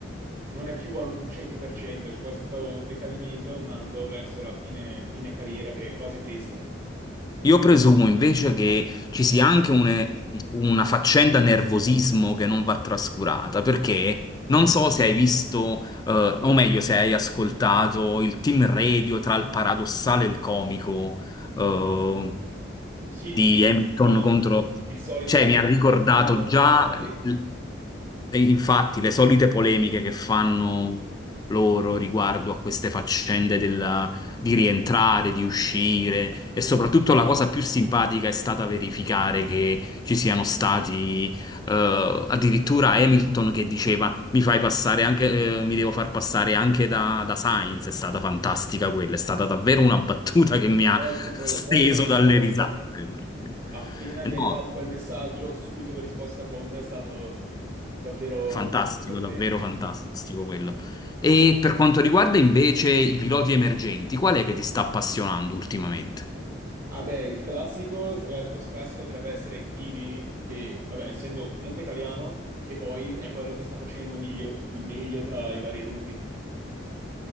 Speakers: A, on the right (about 40°); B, on the left (about 20°).
A: non è più al 100%, c'è questo decadimento andando verso la fine, fine carriera che è quasi triste.
B: Io presumo invece che ci sia anche une- una faccenda nervosismo che non va trascurata, perché non so se hai visto, eh, o meglio, se hai ascoltato il team radio tra il paradossale e il comico. eh,
A: Sì,
B: di
A: sì, che
B: Hamilton
A: sembra
B: contro...
A: il solito
B: Cioè, mi ha ricordato
A: teatrino
B: già,
A: Ferrari
B: l- e infatti, le solite polemiche che fanno loro riguardo a queste faccende della- di rientrare, di uscire e soprattutto la cosa più simpatica è stata verificare che ci siano stati eh, addirittura Hamilton che diceva mi fai passare anche, eh, mi devo far passare anche da, da Sainz, è stata fantastica quella, è stata davvero una battuta che mi
A: e
B: ha
A: poi proprio
B: steso
A: botta e risposta.
B: dalle risate.
A: Appena gli
B: No,
A: è arrivato quel messaggio, subito risposta pronta, è stato davvero
B: fantastico,
A: divertente.
B: davvero fantastico quello. E per quanto riguarda invece i piloti emergenti, qual è che ti sta appassionando ultimamente?
A: Ah beh, il classico, la risposta classica potrebbe essere il Kimi, che vabbè, essendo comunque italiano, e poi è quello che sta facendo miglio- il meglio tra i vari rookie.